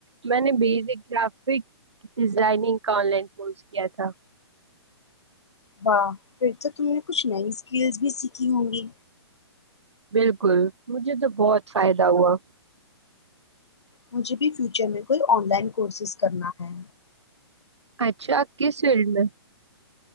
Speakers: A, on the right (about 85°); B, on the left (about 80°).
A: میں نے بیزک گرافک ڈیزائننگ کا آن لائن کورس کیا تھا
B: واہ پھر تو تم نے کچھ نہیں کییلز بھی سیکھی ہوں گی
A: بالکل مجھے تو بہت فائدہ ہوا
B: مجھے بھی فیوچر میں کوئی آن لائن کورسز کرنا ہے
A: اچھا کس فیلڈ میں